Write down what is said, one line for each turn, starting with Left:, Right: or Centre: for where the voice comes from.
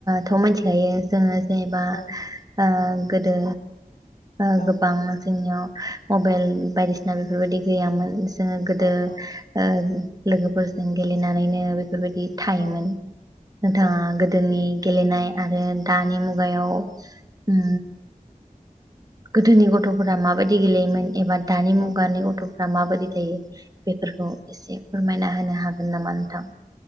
Right: थ' मिथिखायो जोङो जेनेबा
Left: औ
Right: ओ गोदो ओ
Left: औ
Right: गोबां जोंनियाव मबाइल बायदिसिना बेफोरबायदि गैयामोन जोङो गोदो
Left: औ औ
Right: ओ लोगोफोरजों गेलेनानैनो बे बेफोरबायदि थायोमोन
Left: औ
Right: नोंथाङा
Left: औ
Right: नि गेलेनाय आरो दानि मुगायाव उम गोदोनि गथ'फोरा माबायदि गेलेयोमोन एबा दानि मुगानि
Left: औ
Right: गथ' फोरा मा बायदि थायो? बेफोरखौ एसे फोरमायना होनो नो हागोन नामा नोंथां?